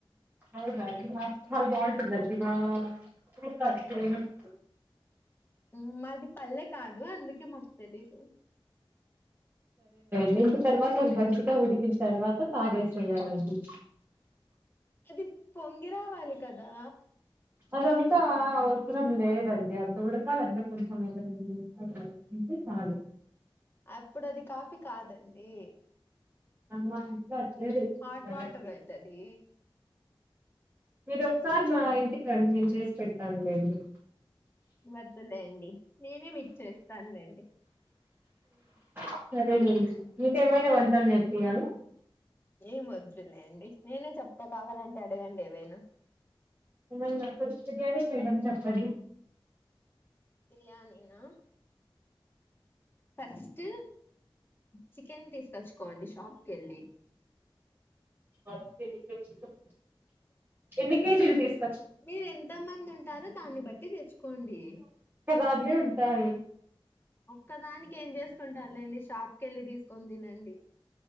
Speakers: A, on the right; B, on the left.
A: అవునా అండి మాది బాగుంటుందండి మా ఊర్లో అది ఫేమస్
B: ఉమ్, మాది పల్లె కాదు అందుకే మాకు తెలీదు
A: దీనికి తర్వాత మంచిగా ఉడికిన తర్వాత తాగేసేయాలండి
B: అది పొంగి రావాలి కదా
A: అదంతా అవసరం లేదండి అంత ఉడకాలంటే కొంచెం ఒక రెండు నిమిషాల వరకుంటే చాలు
B: అప్పుడు అది కాఫీ కాదండి
A: మా ఇంట్లో అట్లనే తెచ్చుకున్నారండి
B: హాట్ వాటర్ అయితది
A: మీరు సారి మా ఇంటికి రండి నేను చేసి పెడతానులేండి
B: వదులేండి నేనే మీకు చేస్తానులేండి
A: ఉ సరేలేండి మీకేమైనా వంటలు నేర్పియ్యాలా
B: ఏం వద్దులేండి నేనే చెప్తా కావాలంటే అడగండి ఏవైనా
A: <inaudible> చేయడం చెప్పండి.
B: బిర్యానీ నా. ఫస్ట్ చికెన్ తీసుకొచ్చుకోండి. షాప్ కెళ్ళి.
A: వన్ కేజీ చికెన్, ఎన్ని కేజీలు తీస్.
B: మీరు ఎంత మంది ఉంటారో. దాన్ని బట్టి తెచ్చుకోండి.
A: బాగానే ఉంటారు.
B: ఒక్కదానికి ఏం చేసుకుంటారులేండి షాప్ కెళ్ళి తీసుకొని తినండి